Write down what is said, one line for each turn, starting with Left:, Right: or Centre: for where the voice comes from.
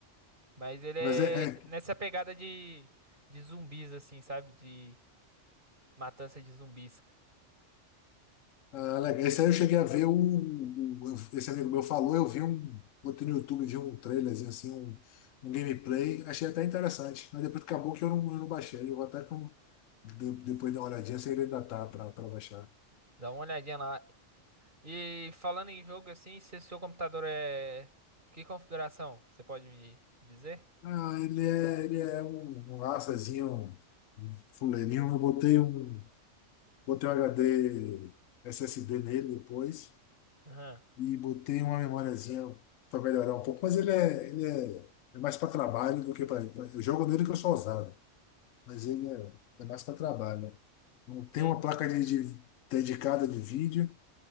Right: Mas ele é
Left: Mas é, é
Right: nessa pegada de, de zumbis, assim, sabe? De matança de zumbis.
Left: Ah, legal. Esse aí eu cheguei a ver o, o- eu- esse amigo meu falou, eu vi um, botei no YouTube, vi um trailerzinho assim, um, um gameplay, achei até interessante. Mas depois acabou que eu não, eu não baixei. Eu vou até com, de- depois dar uma olhadinha se ele ainda tá pra, pra baixar.
Right: Dá uma olhadinha lá. E falando em jogo assim, se seu computador é. Que configuração? Você pode me dizer?
Left: Ah, ele é, ele é um, um açazinho, um fuleirinho. Eu botei um, botei um HD SSD nele depois
Right: Aham,
Left: e botei uma memóriazinha para melhorar um pouco, mas ele é, ele é, é mais para trabalho do que para pra- Eu jogo nele que eu sou ousado. Mas ele é, é mais para trabalho. né? Não tem
Right: entende.
Left: uma placa de, de- dedicada de vídeo,